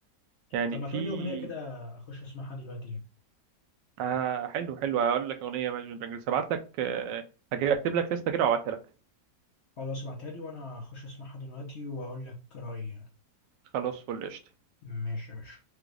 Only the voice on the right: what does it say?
يعني
في
آه حلو حلو هقول لك اغنيه ايماجين دراجونز هبعت لك آه، هجي- هكتب لك لسته كده وابعتها لك
خلاص فل قشطه